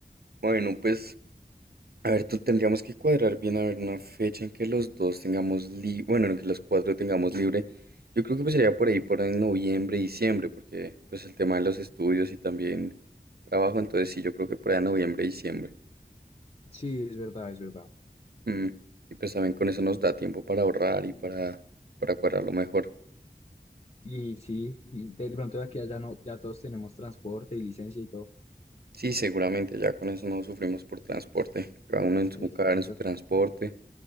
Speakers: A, on the right (about 70°); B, on the left (about 40°).
A: bueno, pues, a ver, tú tendríamos que cuadrar bien, a ver, una fecha en que los dos tengamos libre, bueno, en que los cuatro tengamos libre. Yo creo que pues sería por ahí, por en noviembre, diciembre, porque pues el tema de los estudios y también trabajo, entonces sí, yo creo que por ahí en noviembre, diciembre.
B: Sí, es verdad, es verdad.
A: Mm, Y pues también con eso nos da tiempo para ahorrar y para, para cuadrarlo mejor.
B: Y sí, y de pronto de aquí a allá no, ya todos tenemos transporte y licencia y todo.
A: Sí, seguramente ya con eso no sufrimos por transporte, cada uno en su
B: Exacto.
A: carro, en su transporte.